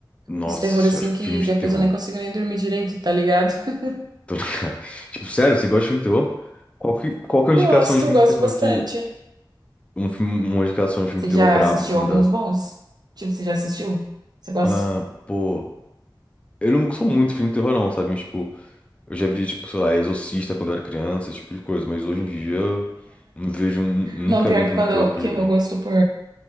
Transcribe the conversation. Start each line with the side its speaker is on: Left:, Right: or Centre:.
Left: Nossa
Right: Os terror
Left: senhora,
Right: assim
Left: filmes
Right: que depois
Left: de terror.
Right: eu nem consigo nem dormir direito, tá ligado? <laughs>
Left: Tô ligado. <laughs> Tipo, sério, você gosta de filme de terror? Qual que, qual que é
Right: Gosto,
Left: a indicação de filme
Right: gosto
Left: de terror
Right: bastante.
Left: que. Um filme, uma indicação de filme
Right: Você
Left: de terror
Right: já
Left: brabo
Right: assistiu
Left: que você
Right: alguns
Left: me dá?
Right: bons? Tipo, você já assistiu? Você gosta?
Left: Ah, pô. Eu não sou muito de filme de terror, não, sabe? Mas, tipo, eu já vi, tipo, sei lá, Exorcista quando eu era criança, esse tipo de coisa. Mas hoje em dia, eu não vejo um, nunca
Right: Não, pior
Left: vi um filme
Right: que quando
Left: de terror
Right: eu,
Left: depois
Right: que
Left: de grande.
Right: meu gosto por